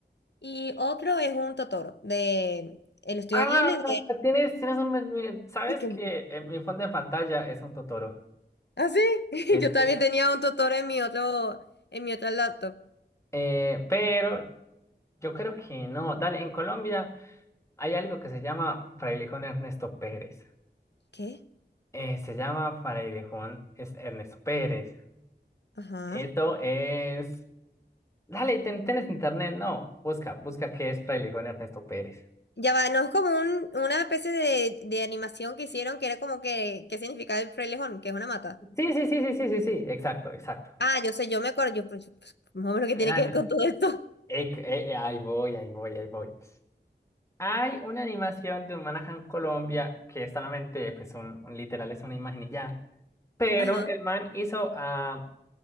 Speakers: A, on the left (about 70°); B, on the left (about 15°).
A: Y otro es un Totoro de el estudio
B: Ah,
A: Ghibli de...
B: tienes, tienes un, mes- mi- sabes
A: Ay, qué
B: que eh, mi fondo de pantalla es un Totoro.
A: Ah, sí, <laughs>
B: Sí, sí,
A: yo también
B: sí.
A: tenía un tutor en mi otro, en mi otra laptop.
B: Eh, pero yo creo que no. Dale, en Colombia hay algo que se llama Frailejón Ernesto Pérez.
A: ¿Qué?
B: Eh, se llama Frailejón es Ernesto Pérez.
A: Ajá.
B: Esto es. Dale, ten- tienes internet, no. Busca, busca qué es Frailejón Ernesto Pérez.
A: Ya va, no es como un, una especie de, de animación que hicieron que era como que, ¿qué significa el frailejón? Que es una mata.
B: Sí, sí, sí, sí, sí, sí, sí. Exacto, exacto.
A: Ah, yo sé, yo me acuerdo, yo, pues, pues, más o menos qué
B: Dale.
A: tiene que ver con todo esto.
B: Ec- eh, eh, ahí voy, ahí voy, ahí voy. Hay una animación de un Manahan Colombia que es solamente, pues, un, un literal es una imagen y ya. Pero
A: Ajá.
B: el man hizo a,